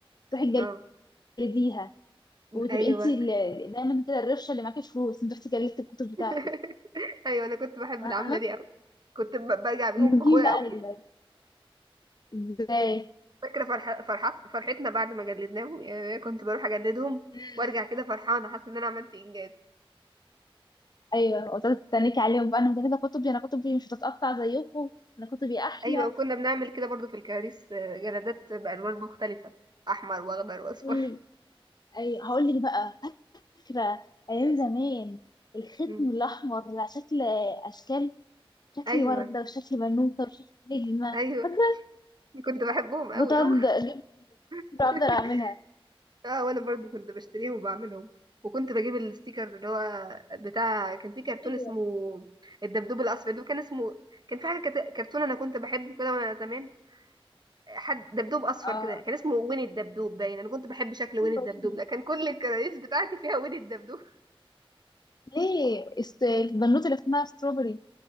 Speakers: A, on the left; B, on the right.
A: تروحي
B: اه
A: تجلديها وتبقي
B: ايوه
A: انت ال- دايما كده الرفشه اللي معاكي فلوس انت رحتي جلدتي الكتب بتاعتك
B: <laughs> ايوه انا كنت بحب
A: فاهمه
B: العملة دي قوي كنت ب- برجع بيهم
A: نجيب
B: فخورة
A: بقى
B: قوي
A: ال- ازاي
B: فاكرة فرح... فرحت... فرحتنا بعد ما جلدناهم يعني أنا كنت بروح أجلدهم
A: مم.
B: وأرجع كده فرحانة حاسة إن أنا عملت إنجاز
A: ايوه وتقعدي تتنكي عليهم بقى انا مجلده كتبي انا كتبي مش هتتقطع زيكم انا كتبي احلى
B: أيوة وكنا بنعمل كده برضو في الكراريس آه، جلدات بألوان مختلفة أحمر وأخضر وأصفر
A: واللي ايوه هقول لك بقى فكرة أيام زمان الختم
B: مم.
A: الأحمر على شكل أشكال شكل
B: أيوة
A: وردة وشكل بنوتة وشكل نجمة
B: أيوة
A: فاكرة
B: كنت بحبهم أوي
A: بتقعد
B: أوي
A: أجيب كتير
B: <laughs>
A: وأفضل أعملها
B: اه وانا برضو كنت بشتريهم وبعملهم وكنت بجيب الستيكر اللي هو بتاع كان في كرتون
A: أيوه
B: اسمه الدبدوب الاصفر اللي هو كان اسمه كان في حاجه كت- كرتون انا كنت بحبه كده وانا زمان حد دبدوب اصفر
A: آه
B: كده كان اسمه وين الدبدوب باين انا كنت بحب شكل وين
A: أيوه
B: الدبدوب
A: ويني
B: لا كان كل الكراريس بتاعتي فيها وين الدبدوب
A: ليه است- البنوتة اللي اسمها ستروبري